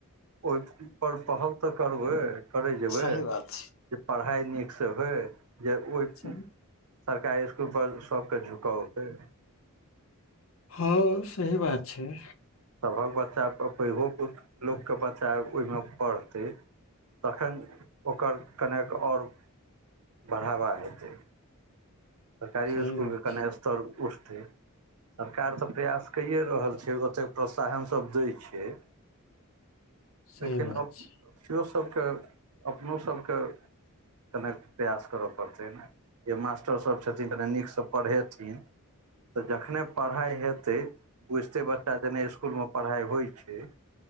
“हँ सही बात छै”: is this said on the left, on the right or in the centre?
Left